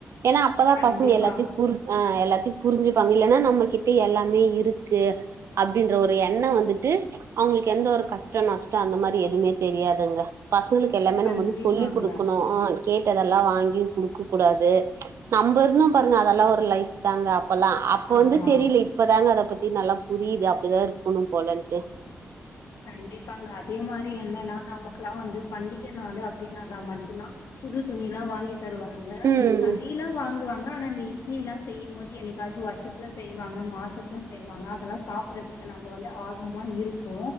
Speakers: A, on the right; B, on the left.
A: ஏனா அப்பதா
B: கண்டிப்பா
A: பசங்க எல்லாத்யு புரிஞ் ஆ எல்லாத்யு புரிஞ்சுப்பாங்க இல்லன்னா நம்மகிட்ட எல்லாமே இருக்கு அப்டின்ற ஒரு எண்ணோ வந்துட்டு அவுங்களுக்கு எந்த ஒரு கஷ்டோ நஷ்டோ அந்த மாரி எதுமே தெரியாதுங்க பசங்களுக்கு எல்லாமே நம்ம
B: கண்டிப்பாங்க
A: வந்து சொல்லி குடுக்கணு கேட்டதெல்லா வாங்கியு குடு க்ககூடாது நம்ப இருந்தோ பாருங்க அதெல்லா ஒரு லைஃப் தாங்க அப்பல்லா அப்ப
B: ஆமா
A: வந்து தெரில இப்ப தாங்க அத பத்தி நல்லா புரியிது அப்டிதா இருக்கணும் போலன்ட்டு
B: கண்டிப்பாங்க அதே மாரி என்னன்னா நமக்குலா வந்து பண்டிக்க நாளு அப்டினானா மட்டுந்தா புது துணில்லா வாங்கி தருவாங்க
A: ம்
B: அரி சிலா வாங்குவாங்க ஆனா அந்த இட்லிலா செய்யும் போது எனய்க்காச்சு வர்ஷத்துல செய்வாங்க மாசத்துல செய்வாங்க அதெல்லா சாப் பறத்துக்கு நம்ம வந்து ஆர்வமா இரு ப்போ